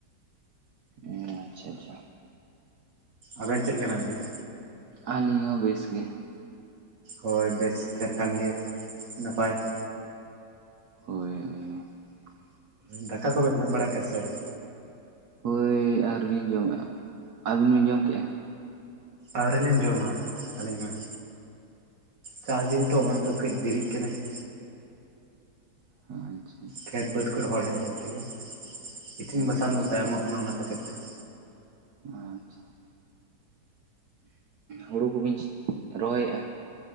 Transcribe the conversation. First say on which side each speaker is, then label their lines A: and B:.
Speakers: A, on the right; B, on the right.
A: ᱚᱦ ᱟᱪᱪᱷᱟ ᱟᱪᱪᱷᱟ ᱾
B: ᱟᱵᱮᱱ ᱪᱮᱫ ᱞᱮᱠᱟ ᱦᱮᱱᱟᱜ ᱵᱮᱱᱟ?
A: ᱟᱹᱞᱤᱧ ᱦᱚᱸ ᱵᱮᱥ ᱜᱮ ᱾
B: ᱦᱚᱭ ᱵᱮᱥ ᱛᱟᱦᱮᱱ ᱠᱷᱟᱱ ᱜᱮ ᱱᱟᱯᱟᱭ ᱾
A: ᱦᱚᱭ ᱦᱚᱭ ᱾
B: ᱫᱟᱠᱟ ᱠᱚᱵᱮᱱ ᱡᱚᱢ ᱵᱟᱲᱟ ᱠᱮᱜᱼᱟ ᱥᱮ ᱟᱹᱣᱨᱤ?
A: ᱦᱚᱭ ᱟᱹᱣᱨᱤ ᱞᱤᱧ ᱡᱚᱢᱟ, ᱟᱹᱵᱤᱱ ᱵᱤᱱ ᱡᱚᱢ ᱠᱮᱜᱼᱟ ᱾
B: ᱟᱹᱣᱨᱤᱞᱤᱧ ᱡᱚᱢᱟ ᱟᱹᱞᱤᱧ ᱦᱚᱸ ᱪᱟᱥ ᱫᱤᱱ ᱛᱚ ᱱᱚᱜᱼᱚᱭ ᱛᱚ ᱠᱟᱹᱡ ᱫᱮᱨᱤᱜ ᱠᱟᱱᱟ ᱾
A: ᱟᱪᱪᱷᱟ ᱾
B: ᱠᱷᱮᱛ ᱵᱟᱹᱫᱽ ᱠᱷᱚᱡ ᱦᱚᱲ ᱦᱮᱡ ᱦᱮᱡ ᱛᱮᱜᱮ ᱤᱥᱤᱱ
A: ᱟᱪᱪᱷᱟ
B: ᱵᱟᱥᱟᱝ ᱫᱚ ᱛᱟᱭᱚᱢᱚᱜ ᱠᱟᱱᱟ ᱚᱱᱟ ᱠᱷᱟᱹᱛᱤᱨ ᱛᱮ ᱾
A: ᱟᱪᱪᱷᱟ ᱾ ᱦᱳᱲᱳ ᱠᱚ ᱵᱤᱱ ᱨᱚᱦᱚᱭᱮᱜᱼᱟ?